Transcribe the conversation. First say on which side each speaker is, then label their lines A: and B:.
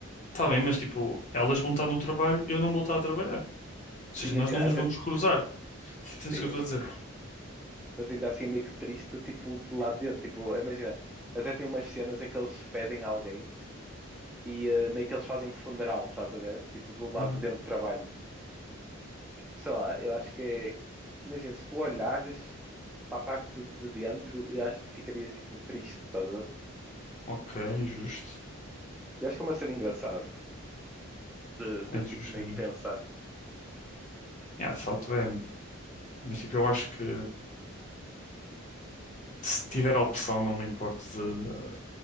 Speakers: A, on the left (about 35°); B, in the centre.
A: Está bem, mas tipo, elas vão estar no trabalho e eu não vou estar a trabalhar. Ou seja,
B: Tipo,
A: nós
B: Imagina,
A: não nos
B: até,
A: vamos cruzar. Entendes
B: sim,
A: o que eu estou a dizer?
B: mas ainda assim meio que triste, tipo, de lá dentro, tipo, imagina, até tem umas cenas em que eles pedem alguém e eh, meio que eles fazem um funeral, estás a ver? Tipo, do lado
A: Uhum.
B: de dentro do trabalho. sei lá, eu acho que é. Imagina, se tu olhares para a parte de dentro, eu acho que tu ficarias tipo triste, estás a ver?
A: Ok, justo.
B: Eu acho que é uma cena engraçada, mano. De, de
A: É
B: tipo
A: justo,
B: meio
A: é justo.
B: que pensar.
A: Yeah, de facto é. Mas tipo, eu acho que se tiver a opção, não me importo de.